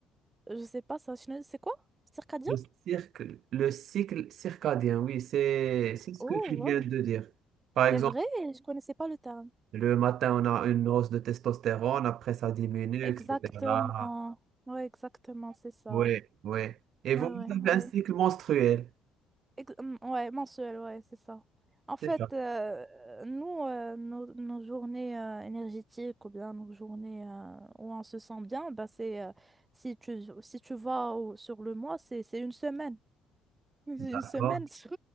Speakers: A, on the right; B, on the right.
A: je sais pas, ça, je ne- c'est quoi? Circadien?
B: Le cirque, le cycle circadien, oui, c'est c'est ce
A: Oh,
B: que tu
A: wow.
B: viens de dire. Par exemple,
A: C'est vrai, je connaissais pas le terme.
B: Le matin, on a une hausse de testostérone, après ça diminue,
A: Exactement.
B: etc.
A: Ouais, exactement, c'est ça.
B: Oui, oui. Et
A: Ouais,
B: vous, vous
A: ouais,
B: avez
A: ouais.
B: un cycle menstruel.
A: Ex- hum, ouais, mensuel, ouais, c'est ça. En
B: C'est
A: fait,
B: ça,
A: euh, nous, euh, nos, nos journées euh, énergétiques ou bien nos journées euh, où on se sent bien, bah c'est euh, si tu, si tu vas au- sur le mois, c'est c'est une semaine. Une
B: d'accord.
A: semaine sur...